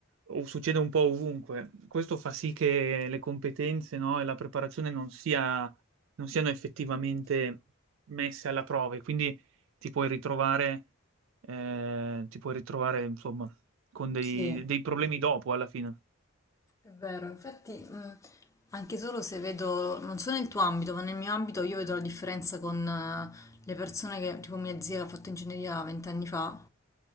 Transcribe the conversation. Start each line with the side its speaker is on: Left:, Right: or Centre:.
Right: o succede un po' ovunque. Questo fa sì che le competenze, no, e la preparazione non sia- non siano effettivamente messe alla prova e quindi ti puoi ritrovare, eh, ti puoi ritrovare, insomma, con dei,
Left: sì.
Right: dei problemi dopo alla fine.
Left: È vero, infatti, mh, anche solo se vedo, non so nel tuo ambito, ma nel mio ambito io vedo la differenza con eh, le persone che, tipo mia zia che ha fatto ingegneria 20 anni fa,